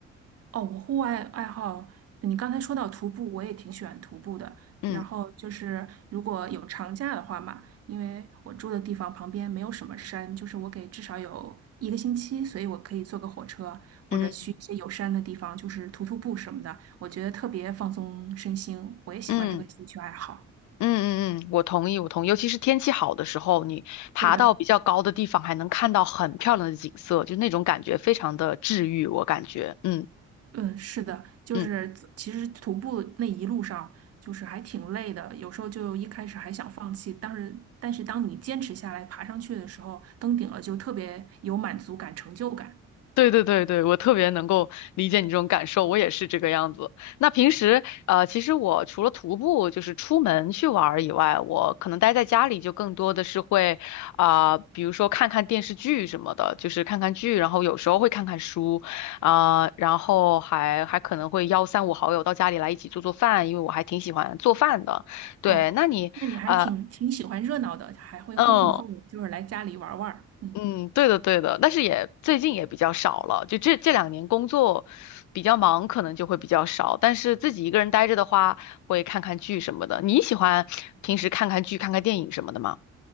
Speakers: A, on the right; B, on the left.
A: 哦，我户外爱好，你刚才说到徒步，我也挺喜欢徒步的。
B: 嗯
A: 然后就是如果有长假的话嘛，因为我住的地方旁边没有什么山，就是我给至少有一个星期，所以我可以坐个火车或者去一些有山的地方，
B: 嗯
A: 就是徒徒步什么的，我觉得特别放松身心。我也喜欢这个兴趣爱好。
B: 嗯。嗯嗯嗯，我同意，我同意。尤其是天气好的时候，你爬到比较高的地方，
A: 对的。
B: 还能看到很漂亮的景色，就那种感觉非常的治愈，我感觉。嗯
A: 嗯，是的，就是其实徒步那一路上就是还挺累的，
B: 嗯。
A: 有时候就一开始还想放弃，但是但是当你坚持下来爬上去的时候，登顶了就特别有满足感、成就感。
B: 对对对对，我特别能够理解你这种感受，我也是这个样子。那平时呃，其实我除了徒步，就是出门去玩儿以外，我可能待在家里就更多的是会啊、比如说看看电视剧什么的，就是看看剧，然后有时候会看看书啊、然后还还可能会邀三五好友到家里来一起做做饭，因为我还挺喜欢做饭的。对，
A: 哦，
B: 那你呃。
A: 那你还挺挺喜欢热闹的，还会呼朋唤友，
B: 嗯。
A: 就是来家里玩儿玩儿。嗯。
B: 嗯，对的，对的，但是也最近也比较少了，就这这两年工作比较忙，可能就会比较少。但是自己一个人待着的话，会看看剧什么的。你喜欢平时看看剧、看看电影什么的吗？